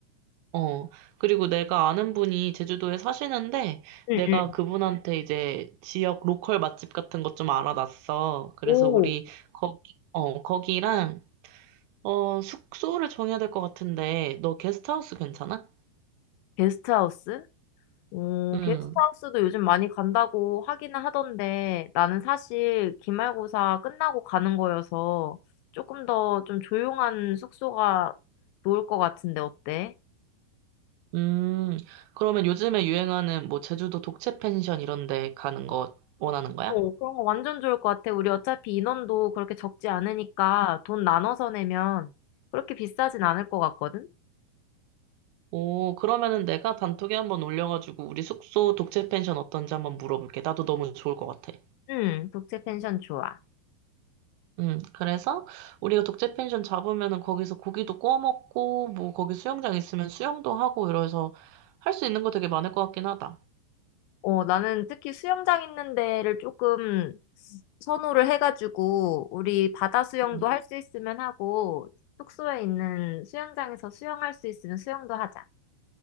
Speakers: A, on the right; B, on the left.
A: 어. 그리고 내가 아는 분이 제주도에 사시는데
B: 응응.
A: 내가 그분한테 이제 지역 로컬 맛집 같은 것 좀 알아놨어. 그래서
B: 오,
A: 우리 거기, 어, 거기랑 어, 숙소를 정해야 될 것 같은데, 너 게스트하우스 괜찮아?
B: 게스트하우스? 오,
A: 음,
B: 게스트하우스도 요즘 많이 간다고 하기는 하던데 나는 사실 기말고사 끝나고 가는 거여서 조금 더 좀 조용한 숙소가 좋을 것 같은데 어때?
A: 음, 그러면 요즘에 유행하는 뭐 제주도 독채 펜션 이런 데 가는 거 원하는 거야?
B: 오 그런 거 완전 좋을 것 같아. 우리 어차피 인원도 그렇게 적지 않으니까 돈 나눠서 내면 그렇게 비싸진 않을 것 같거든?
A: 오, 그러면은 내가 단톡에 한번 올려가지고 우리 숙소 독채 펜션 어떤지 한번 물어볼게. 나도 너무 좋을 것 같아.
B: 응, 독채 펜션 좋아.
A: 음, 그래서 우리가 독채 펜션 잡으면은 거기서 고기도 구워 먹고, 뭐 거기 수영장 있으면 수영도 하고 이래서 할 수 있는 거 되게 많을 것 같긴 하다.
B: 어, 나는 특히 수영장 있는 데를 조금 선호를 해가지고, 우리 바다 수영도
A: 응.
B: 할 수 있으면 하고, 숙소에 있는 수영장에서 수영할 수 있으면 수영도 하자.